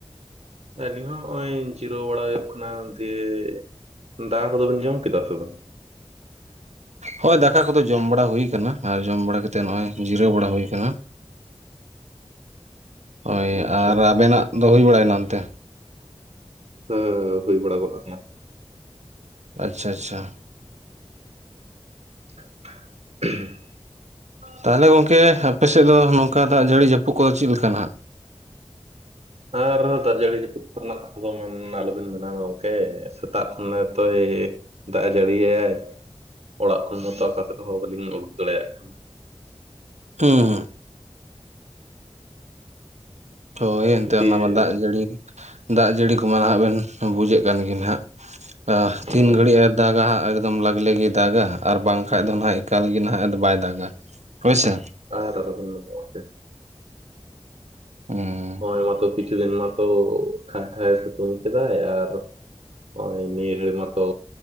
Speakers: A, on the right; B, on the right.
A: ᱟᱹᱞᱤᱧ ᱦᱚᱸ ᱦᱚᱜᱼᱚᱭ ᱡᱤᱨᱟᱹᱣ ᱵᱟᱲᱟ ᱦᱩᱭᱩᱜ ᱠᱟᱱᱟ ᱫᱤᱭᱮ ᱫᱟᱠᱟ ᱠᱚᱫᱚ ᱵᱮᱱ ᱡᱚᱢ ᱠᱮᱫᱟ ᱥᱮ ᱵᱟᱝ?
B: ᱦᱳᱭ ᱫᱟᱠᱟ ᱠᱚᱫᱚ ᱡᱚᱢ ᱵᱟᱲᱟ ᱦᱩᱭᱩ ᱠᱟᱱᱟ ᱟᱨ ᱡᱚᱢ ᱵᱟᱲᱟ ᱠᱟᱛᱮᱜ ᱱᱚᱜᱼᱚᱭ ᱡᱤᱨᱟᱹᱣ ᱵᱟᱲᱟ ᱦᱩᱭ ᱠᱟᱱᱟ᱾ ᱦᱳᱭ
A: ᱟᱪᱪᱷᱟ
B: ᱟᱨ ᱟᱵᱮᱱᱟᱜ ᱫᱚ ᱦᱩᱭ ᱵᱟᱲᱟᱭᱮᱱᱟ ᱚᱱᱛᱮ?
A: ᱦᱟᱹ ᱦᱩᱭ ᱵᱟᱲᱟ ᱠᱚᱚᱜ ᱜᱟᱫ ᱟᱠᱟᱱᱟ᱾
B: ᱟᱪᱪᱷᱟ ᱟᱪᱪᱷᱟ᱾
A: <unintelligible>
B: ᱛᱟᱦᱚᱞᱮ ᱜᱚᱝᱠᱮ ᱟᱯᱮ ᱥᱮᱫ ᱫᱚ ᱱᱚᱝᱠᱟ ᱫᱟᱜ ᱡᱟᱹᱲᱤ ᱡᱟᱹᱯᱩᱫ ᱠᱚᱫᱚ ᱪᱮᱫ ᱞᱮᱠᱟ ᱱᱦᱟᱸᱜ?
A: ᱟᱨ ᱫᱟᱜ ᱡᱟᱹᱲᱤ ᱡᱟᱹᱯᱩᱫ ᱠᱚᱨᱮᱱᱟᱜ ᱠᱟᱛᱷᱟ ᱫᱚ ᱢᱮᱱ ᱟᱞᱚᱵᱤᱱ ᱢᱮᱱᱟ ᱜᱚᱝᱠᱮ ᱥᱮᱛᱟᱜ ᱠᱷᱚᱱᱮ ᱮᱛᱚᱭ ᱫᱟᱜᱼᱮ ᱡᱟᱹᱲᱤᱭᱮ-ᱟᱭ ᱚᱲᱟᱜ ᱠᱷᱚᱱ ᱢᱟᱛᱚ ᱚᱠᱟ ᱥᱮᱫ ᱦᱚᱸ ᱵᱟᱟᱹᱞᱤᱧ ᱩᱰᱩᱠ ᱫᱟᱲᱮᱭᱟᱜ ᱠᱟᱱᱟ᱾
B: ᱦᱮᱸ ᱦᱮᱸ᱾ ᱦᱳᱭ ᱮᱱᱛᱮ
A: ᱫᱤᱭᱮ
B: ᱚᱱᱟ ᱢᱟ ᱫᱟᱜ ᱡᱟᱹᱲᱤ, ᱫᱟᱜ ᱡᱟᱹᱲᱤ ᱠᱚᱢᱟ ᱱᱟᱦᱟᱜ ᱵᱮᱱ ᱵᱩᱡᱮᱫ ᱠᱟᱱ ᱜᱮ ᱱᱦᱟᱜ᱾ ᱟᱦ
A: ᱦᱮᱸ
B: ᱛᱤᱱ ᱜᱷᱟᱹᱲᱤᱡ-ᱮ ᱫᱟᱜᱟ ᱦᱟᱸᱜ ᱮᱜ ᱫᱚᱢ ᱞᱟᱜᱽ ᱞᱟᱷᱤᱭ ᱫᱟᱜᱟ ᱟᱨ ᱵᱟᱝᱠᱷᱟᱡ ᱫᱚ ᱱᱟᱦᱟᱜ ᱮᱠᱟᱞ ᱜᱮ ᱱᱟᱦᱟᱜ ᱟᱫᱚ ᱵᱟᱭ ᱫᱟᱜᱟ ᱦᱳᱭ ᱥᱮ᱾
A: ᱟᱨ ᱟᱞᱟᱵᱮᱱ ᱢᱮᱱᱟ ᱜᱚᱝᱠᱮ᱾
B: ᱦᱩᱸ᱾
A: ᱦᱚᱸᱜ-ᱚᱭ ᱢᱟᱛᱚ ᱠᱤᱪᱩ ᱫᱤᱱ ᱢᱟᱛᱚ ᱠᱷᱟᱭ-ᱠᱷᱟᱭᱮ ᱥᱤᱛᱩᱝ ᱠᱮᱫᱟᱭ ᱟᱨ ᱱᱚᱜᱚᱭ ᱱᱤᱭᱟᱹ ᱜᱷᱟᱲᱤᱡ ᱢᱟᱛᱚ